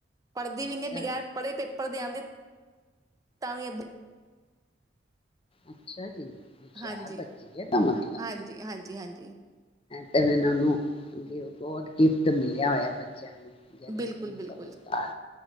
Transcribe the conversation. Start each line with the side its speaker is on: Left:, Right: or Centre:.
Right: ਪੜ੍ਹਦੀ
Left: ਅੱਛਾ
Right: ਵੀ ਨਹੀਂ ਬਗੈਰ ਪੜ੍ਹੇ ਪੇਪਰ ਦੇ ਆਦੇ ਤਾਂ ਵੀ ਅ
Left: ਅੱਛਾ ਜੀ ਹੁਸ਼ਿਆਰ
Right: ਹਾਂਜੀ
Left: ਬੱਚੀ ਹੈ ਇਹਦਾ ਮਤਲਬ
Right: ਹਾਂਜੀ ਹਾਂਜੀ ਹਾਂਜੀ
Left: ਤੇ ਇਹਨਾਂ ਨੂੰ ਗੋਡ ਗਿਫਟ ਮਿਲਿਆ ਹੋਇਆ ਬੱਚਿਆਂ ਨੂੰ ਜਦ
Right: ਬਿਲਕੁਲ,
Left: ਇਤ ਸ
Right: ਬਿਲਕੁਲ,
Left: ਬਦਾ